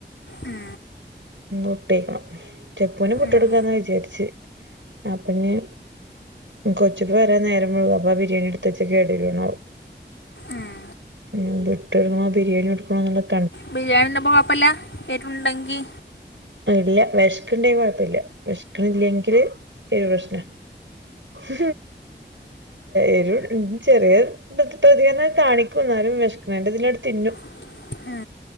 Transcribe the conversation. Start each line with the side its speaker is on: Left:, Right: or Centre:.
Left: ഉം
Right: ഒട്ടേക്കണം ചെപ്പൂന പുട്ട്
Left: ഉം
Right: കൊടുക്കാന്ന വിചാരിച്ച അപ്പൊഞ്ഞ് കൊച്ചിപ്പ വരാൻ നേരം മുഴുവ അപ്പ ബിരിയാണ എടുത്ത് വച്ച കേടവൂണാവോ
Left: ഉം
Right: <unintelligible> ബിരിയാണി കൊടുക്കണോ എന്നുള്ളത്
Left: ബിരിയാണിതിന്നുമ്പോ കുഴപ്പമില്ല എരുണ്ടെങ്കി
Right: ഇല്ല വിശക്കണ്ടെങ്ക കുഴപ്പമില്ല വിശക്കണില്ലെങ്കിൽ ഏരു പ്രശ്ന <unintelligible> എരു ചെറിയ പ്രതികരണ കാണിക്കും എന്നാലും വിശക്കണന്റെ <unintelligible>
Left: <unintelligible>